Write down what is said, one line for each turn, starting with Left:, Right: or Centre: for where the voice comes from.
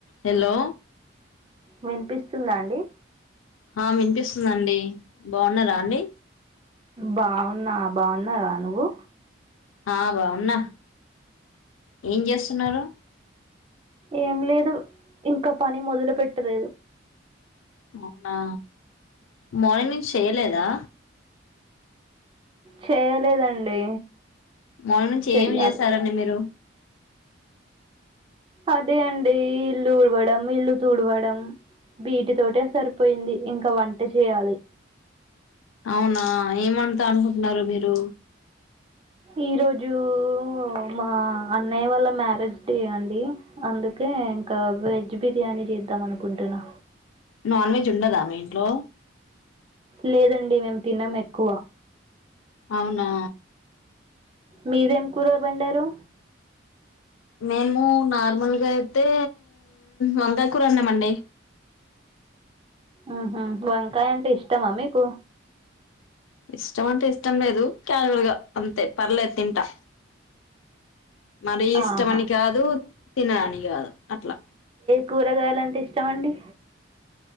Left: హలో
Right: వినిపిస్తుందాండి.
Left: ఆ వినిపిస్తుందండి బాగున్నారా అండి.
Right: బావున్నా బాగున్నారా నువ్వు
Left: ఆ బాగున్నా ఏం చేస్తున్నరు.
Right: ఏం లేదు ఇంకా పని మొదలు పెట్టలేదు.
Left: అవునా మార్నింగ్ నుంచి చేయలేదా?
Right: చేయలేదండి.
Left: మార్నింగ్ నుంచి
Right: చెయ్యాలి
Left: ఏమి చేశారండి మీరు
Right: అదే అండి ఇల్లు ఊడవడం ఇల్లు తుడవడం. బీటి తోటే సరిపోయింది ఇంకా వంట చేయాలి.
Left: అవునా ఏమంతా అనుకుంటున్నారు మీరు
Right: ఈ రోజు మా అన్నయ్య వాళ్ళ మ్యారేజ్ డే అండి అందుకే ఇంకా వెజ్ బిర్యానీ చేద్దాం అనుకుంటున్నా
Left: నాన్ వెజ్ ఉండదా మీ ఇంట్లో
Right: లేదండి మేము తినం ఎక్కువ
Left: అవునా
Right: మీరేం కూరబడారు
Left: మేము నార్మల్గా అయితే వంకాయ కూర అన్నామండి.
Right: ఆహ వంకాయ అంటే ఇష్టమా మీకు
Left: ఇష్టం అంటే ఇష్టం లేదు కారువల్ గా అంతే పర్లేదు తింటా. మరి ఇష్టమని
Right: ఆహా
Left: కాదు తినడానికి కాదు అట్లా
Right: కూరగాయలు అంటే ఇష్టమండి.